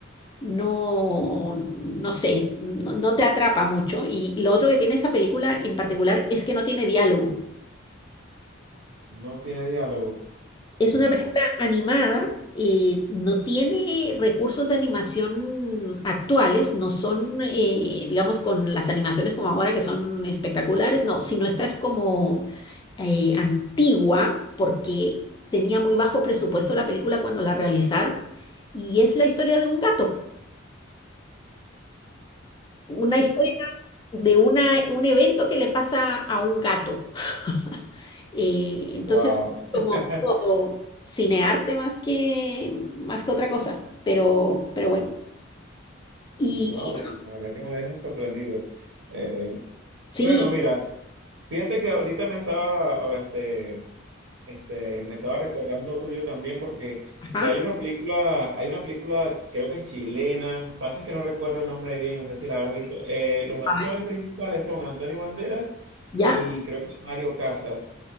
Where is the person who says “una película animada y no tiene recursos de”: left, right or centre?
Left